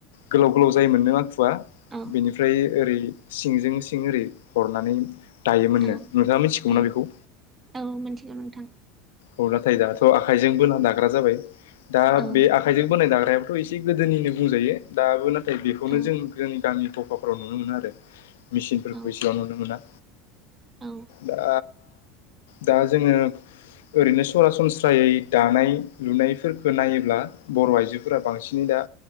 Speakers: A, on the left; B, on the right.
A: गोलाव गोलाव जायोमोन नो माखुआ।
B: औ
A: बेनिफ्राय ओरै सिंजों सिं ओरै हरनानै दायोमोननो
B: औ
A: नोंथाङा मिथिगौ
B: औ
A: ना बेखौ?
B: औ मिथिगौ नोंथां।
A: औ नाथाय दाथ' आखाइजों बोना दाग्रा जाबाय। दा
B: औ
A: बे आखाइजों बोनाय दाग्रायाबोथ' इसे गोदोनिनो बुंजायो दाबो नाथाय बेखौनो
B: औ
A: जों जोंनि गामि गफाफोराव नुनो मोनो आरो मेसिनफोरखौ
B: औ
A: एसेबां नुनो मोना।
B: औ
A: दा दा जोङो ओरैनो सरासनस्रायै दानाय लुनायफोरखौ नायोब्ला बर' आइजोफोरा बांसिनै दा